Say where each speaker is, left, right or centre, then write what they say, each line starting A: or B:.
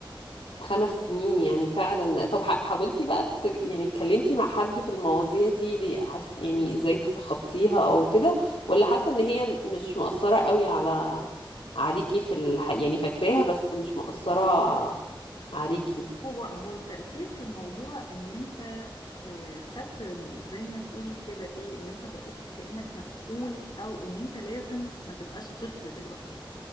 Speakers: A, on the left (about 80°); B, on the left (about 55°).
A: خمس سنين يعني فعلا طب ح- حاولتي بقى ت... يعني اتكلمتي مع حد في المواضيع دي, دي حس... يعني ازاي تتخطيها او كده ولا حاسة ان هي م- مش مؤثرة قوي على عليكي في الح... يعني فاكراها بس مش مؤثرة عليكي
B: هو هو التأثير في الموضوع ان انت آه، خدت زي ما تقولي كده ايه ان انت بقيت كأنك مسؤول او ان انت لازم ما تبقاش طفل دلوقتي